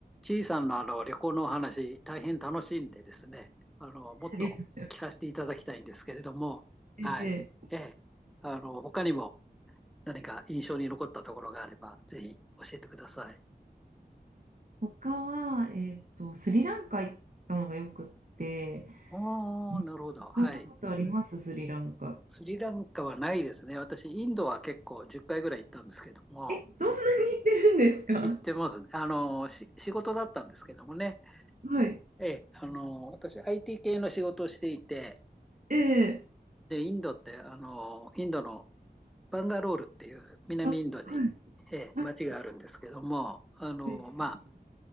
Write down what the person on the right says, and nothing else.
ありがとうございます。<laughs>
ええ
他は、えっと、スリランカ行ったのがよくって、
行かれたことありますスリランカ。
え、そんなに行ってるんですか
はい。
ええ
あ、はい。
はい。
はいしてます。